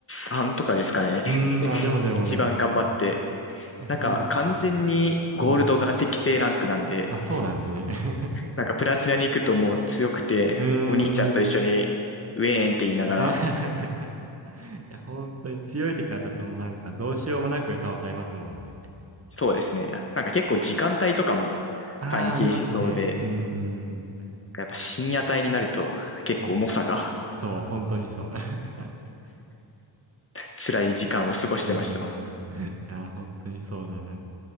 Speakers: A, on the left; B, on the right.
A: さんとかですかね。
B: うん、
A: <laughs>
B: あ、でもでもでも、
A: 一番頑張って。
B: いや、
A: なんか完全にゴールドが適正ランクなんで、
B: いいですね。うん。あ、そうなんですね。<laughs>
A: なんかプラチナに行くともう強くて、
B: うー
A: お兄ちゃんと一緒に
B: ん。
A: ウェーンって言いながら
B: <laughs> いや、本当に強い敵当たってもなんかどうしようもなく倒されますもんね。
A: そうですね。なんか結構時間帯とかも
B: ああ、
A: 関係しそうで、
B: ありますね。うーん。
A: やっぱ深夜帯になると結構重さが
B: うん。そう、本当にそう。<laughs>
A: 辛い時間を過ごしてました。
B: うーん。いや、本当にそうだな。